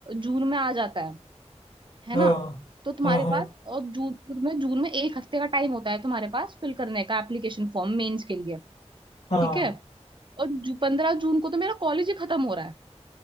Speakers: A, on the right; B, on the left.
A: जून में आ जाता है है
B: हाँ
A: ना तो तुम्हारे
B: हाँ हाँ
A: पास और जून तुम्हें जून में एक हफ्ते का टाइम होता है तुम्हारे पास फिल करने का एप्लीकेशन फॉर्म मेंस के लिए
B: हाँ
A: ठीक है और पंद्रह जून को तो मेरा कॉलेज ही खत्म हो रहा है